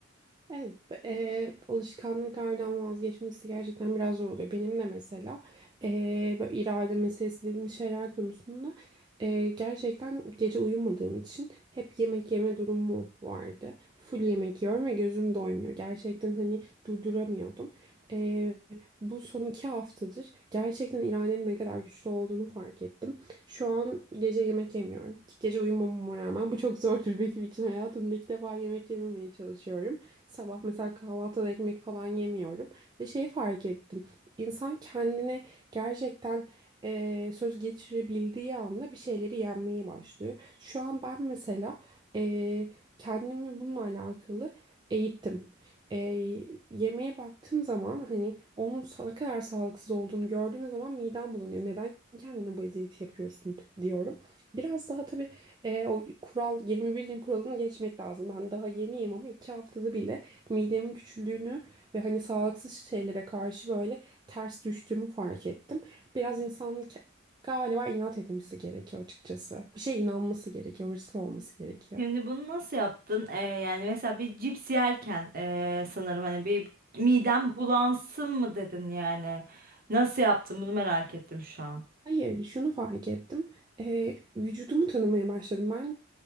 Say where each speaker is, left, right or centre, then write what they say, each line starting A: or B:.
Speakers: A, on the right (about 20°); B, on the right (about 45°).
A: Evet, e, alışkanlıklardan vazgeçmesi gerçekten biraz zor oluyor. Benim de mesela e, böyle irade meselesi dediğimiz şeyler konusunda e, gerçekten gece uyumadığım için hep yemek yeme durumu vardı. Full yemek yiyorum ve gözüm doymuyor. Gerçekten hani durduramıyordum. E, bu son iki haftadır gerçekten iradenin ne kadar güçlü olduğunu fark ettim. Şu an gece yemek yemiyorum. Gece uyumamama rağmen bu çok zordur <laughs> benim için hayatımda ilk defa yemek yememeye çalışıyorum. Sabah mesela kahvaltıda ekmek falan yemiyorum. Ve şeyi fark ettim. İnsan kendine gerçekten eee, söz geçirebildiği anda bir şeyleri yenmeye başlıyor. Şu an ben mesela eee, kendimi bununla alakalı eğittim. Eee, yemeğe baktığım zaman hani onun sa- ne kadar sağlıksız olduğunu gördüğüm zaman midem bulanıyor. Neden kendine bu eziyeti yapıyorsun diyorum. Biraz daha tabii e, o kural 21 gün kuralını geçmek lazım. Ben daha yeniyim ama iki haftada bile midemin küçüldüğünü ve hani sağlıksız şeylere karşı böyle ters düştüğümü fark ettim. Biraz insanın ke- galiba inat etmesi gerekiyor açıkçası. Bir şeye inanması gerekiyor, hırslı olması gerekiyor.
B: Şimdi bunu nasıl yaptın? E, yani mesela bir cips yerken e, sanırım hani bir midem bulansın mı dedin yani. Nasıl yaptın bunu merak ettim şu an.
A: Hayır, şunu fark ettim. Ee, vücudumu tanımaya başladım. Ben